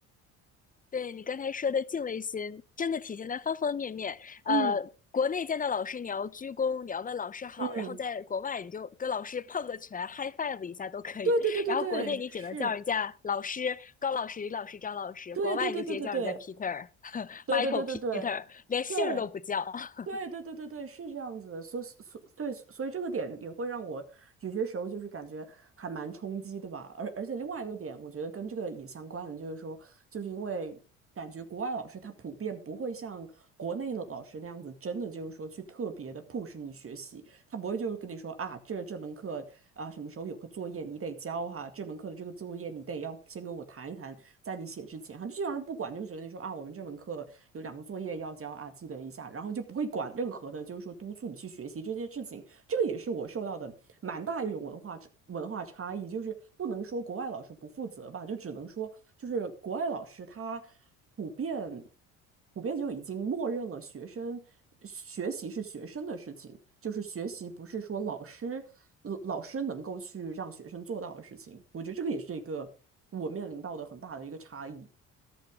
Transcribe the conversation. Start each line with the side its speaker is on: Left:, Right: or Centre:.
Left: 对你刚才说的敬畏心，真的体现在方方面面。
Right: 嗯
Left: 呃，国内见到老师你要鞠躬，你要问老师好，
Right: 嗯，
Left: 然后在国外你就跟老师碰个拳，high five 一下都可以。
Right: 对对对对对，
Left: 然后国内你只能叫人家老师、
Right: 是，
Left: 高老师、李老师、张老师，
Right: 对对对对对对
Left: 国外你就直接叫人家 Peter、<laughs>
Right: 对对对对对
Left: Michael、Peter，连姓儿都不叫。
Right: 对。
Left: <laughs>
Right: 对对对对对，是这样子的，所以所对，所以这个点也会让我有些时候就是感觉还蛮冲击的吧。而而且另外一个点，我觉得跟这个也相关的，就是说，就是因为感觉国外老师他普遍不会像国内的老师那样子，真的就是说去特别的 push 你学习，他不会就是跟你说啊，这这门课啊什么时候有个作业你得交哈，这门课的这个作业你得要先跟我谈一谈，在你写之前，哈，就基人不管，就只跟你说啊，我们这门课有两个作业要交啊，记得一下，然后就不会管任何的，就是说督促你去学习这件事情。这个也是我受到的蛮大一种文化文化差异，就是不能说国外老师不负责吧，就只能说就是国外老师他普遍。普遍就已经默认了学生呃学习是学生的事情，就是学习不是说老师呃老师能够去让学生做到的事情。我觉得这个也是一个我面临到的很大的一个差异。